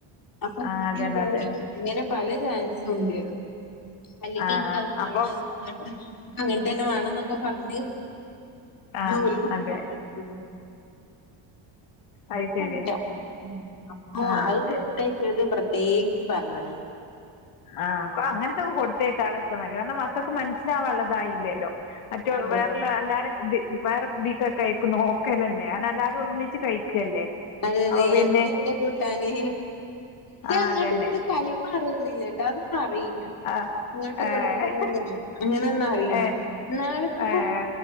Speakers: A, on the left (about 40°); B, on the left (about 85°).
A: <unintelligible>
B: ആഹ് അതന്നെ അതന്നെ
A: പല ചാൻസുണ്ട്. അല്ലെങ്കിൽ
B: ആഹ്
A: ഇൻക്കത് വേണേ
B: അപ്പൊ
A: ഞണ്ട് അങ്ങൻതന്നെ വേണംന്നൊക്കെ പറഞ്ഞ്ട്ട്
B: ആഹ്
A: ജോലിക്ക് <unintelligible>
B: അതെ
A: <unintelligible> അത്ക്കറീല
B: അത് ശരി
A: ഉം അപ്പോ
B: ആഹ്
A: അഅ് <unintelligible> പ്രത്യേകിച്ച് പറഞ്ഞ്ണ്.
B: ആഹ് കോ അങ്ങനത്തെക്കെ കൊടുത്തേയാക്ക നിക്ക മക്കൾക്ക് മനസ്സിലാവള്ളതായില്ലല്ലോ. മറ്റ
A: അതെ
B: വേറള്ള എല്ലാരും ഇ വേറെ ഇതി ഒകെ അയ്ക്ക് നോക്കല്ലന്നെ അവൻ അല്ലാതെ ഒന്നിച്ച് കഴിക്കല്ലേ?
A: അതെ അതെ
B: അപ്പൊ പിന്നെ
A: അന്റെയ്ല് എന്താ കൂട്ടാനെ
B: ആഹ്
A: അങ്ങോട്ട്
B: അതന്നെ
A: ഇങ്ങോട് കൈമാറന്നില്ല. അത് ഒന്നും അറിയില്ല.
B: ആഹ്
A: ഇങ്ങോട്ട്
B: ഏഹ്
A: കൊടുക്കണം അങ്ങനെ ഒന്നും അറിയില്ല
B: ഏഹ്
A: ഇന്നാളിപ്പോ
B: ഏഹ്